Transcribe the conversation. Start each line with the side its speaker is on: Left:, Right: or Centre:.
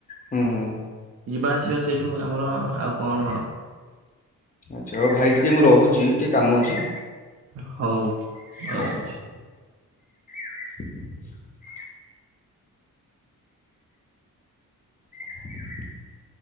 Left: ହୁଁ ହୁଁ
Right: ଯିବା ଆସିବା ସେଇଠୁ ଆମର ଆଉ କଣ
Left: ଆଚ୍ଛା ହଉ ଭାଇ ଟିକେ ମୁଁ ରହୁଛି ଟିକେ କାମ ଅଛି
Right: ହଉ
Left: ହଉ।
Right: ଆଛି
Left: <inaudible> <inaudible>